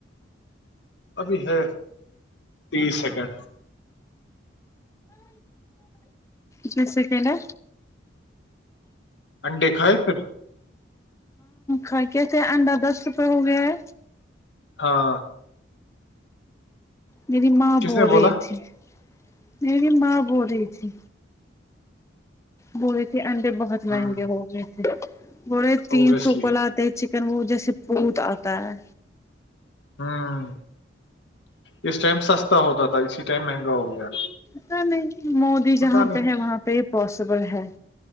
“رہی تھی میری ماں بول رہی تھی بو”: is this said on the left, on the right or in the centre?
Left